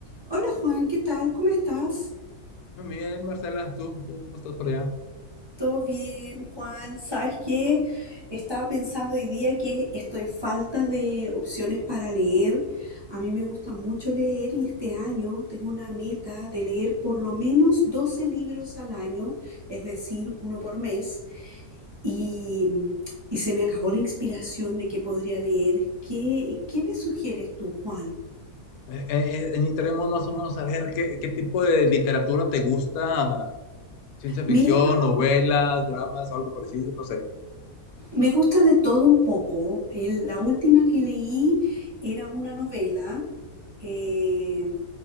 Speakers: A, on the right; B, on the left.
A: Hola Juan, ¿qué tal? ¿Cómo estás?
B: Muy bien, Marcela, ¿tú, tú cómo estás por allá?
A: ¿Todo bien, Juan? ¿Sabes qué? Estaba pensando hoy día que estoy falta de opciones para leer. A mí me gusta mucho leer y este año tengo una meta de leer por lo menos 12 libros al año, es decir, uno por mes. Y, y se me acabó la inspiración de qué podría leer. ¿Qué, qué me sugieres tú, Juan?
B: Eh, eh, eh, necesitaremos más o menos saber qué, qué tipo de literatura te gusta, ciencia ficción,
A: Mira,
B: novelas, dramas, algo parecido, no sé.
A: Me gusta de todo un poco. El- la última que leí era una novela. eh,